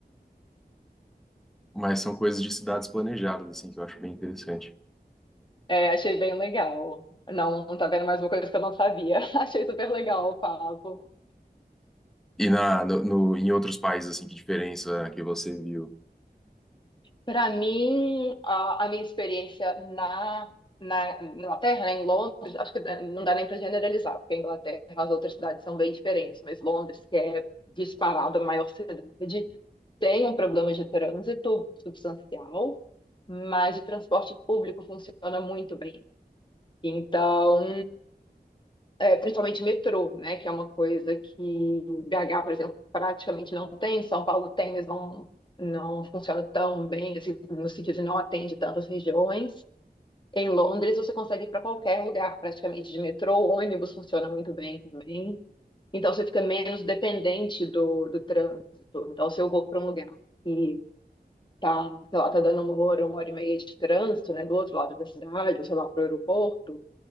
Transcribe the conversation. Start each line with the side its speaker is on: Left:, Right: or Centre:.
Centre: mas são coisas de cidades planejadas, assim, que eu acho bem interessante.
Left: É, achei bem legal. Não, tá vendo mais uma coisa que eu não sabia. <laughs> Achei super legal o papo.
Centre: E na, no, no- em outros países, assim, que diferença que você viu?
Left: Para mim, a, a minha experiência na, na Inglaterra, né, em Londres, acho que não dá nem para generalizar, porque a Inglaterra, as outras cidades são bem diferentes, mas Londres, que é disparada a maior cidade, tem um problema de trânsito substancial, mas o transporte público funciona muito bem. Então, É, principalmente metrô, né? Que é uma coisa que BH, por exemplo, praticamente não tem, São Paulo tem, mas não, não funciona tão bem, assim, no sentido de não atende tantas regiões. Em Londres, você consegue ir para qualquer lugar, praticamente, de metrô, ônibus funciona muito bem também. Então, você fica menos dependente do, do trânsito. Então, se eu vou para um lugar e tá, sei lá, tá dando uma hora, uma hora e meia de trânsito, né, do outro lado da cidade, ou sei lá, para o aeroporto,